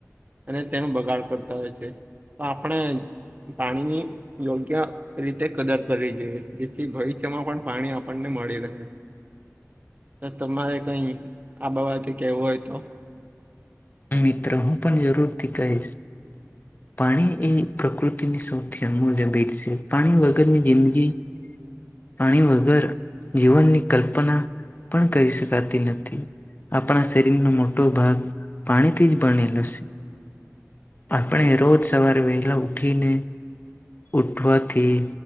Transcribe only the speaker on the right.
અને તેનો બગાડ કરતા હોય છે તો આપણે પાણીની યોગ્ય રીતે કદર કરવી જોઈએ જેથી ભવિષ્યમાં પણ પાણી આપણને મળી રહે. તમારે કઈ આ બાવાાથી કેવું હોય તો